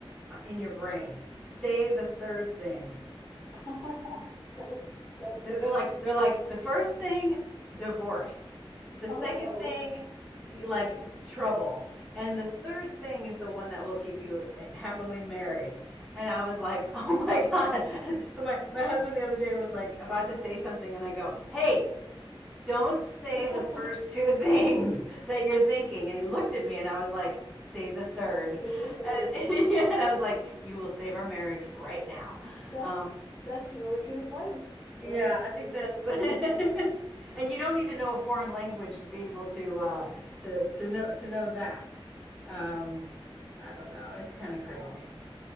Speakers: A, in the centre; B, on the left (about 35°).
A: uh, in your brain. Say the third thing.
B: <laughs> That's that's
A: They're, they're like they're like the first thing, divorce. The
B: oh
A: second
B: no.
A: thing, like trouble. And the third thing is the one that will keep you happily married. And I was like, <laughs> oh my God. So my, my husband the other day was like about to say something, and I go, hey, don't say
B: <laughs>
A: the first two <laughs> things that you're thinking. And he looked at me and I was like, say the third.
B: Say the third.
A: And, <laughs> and I was like, you will save our marriage right now.
B: That's
A: Um,
B: that's really good advice. That's
A: yeah, I think
B: that's
A: that's.
B: really
A: <laughs> and
B: good advice.
A: you don't need to know a foreign language to be able to uh, to to know to know that. Um, I don't know. It's kind of
B: Wow.
A: crazy.